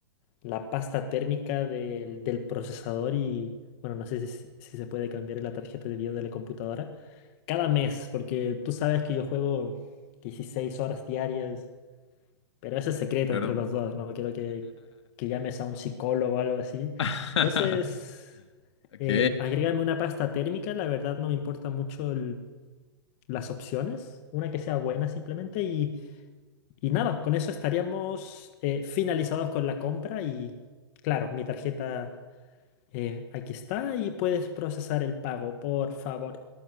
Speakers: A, on the left (about 30°); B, on the left (about 70°).
A: la pasta térmica del, del procesador y, bueno, no sé si, s- si se puede cambiar la tarjeta de video de la computadora cada mes, porque tú sabes que yo juego 16 horas diarias, pero ese es secreto
B: Claro.
A: entre los dos, no quiero que, que llames a un psicólogo o algo así.
B: <laughs>
A: Entonces,
B: Ok.
A: em, agrégame una pasta térmica, la verdad no me importa mucho las opciones, una que sea buena simplemente y, y nada, con eso estaríamos eh, finalizados con la compra y claro, mi tarjeta eh, aquí está y puedes procesar el pago, por favor.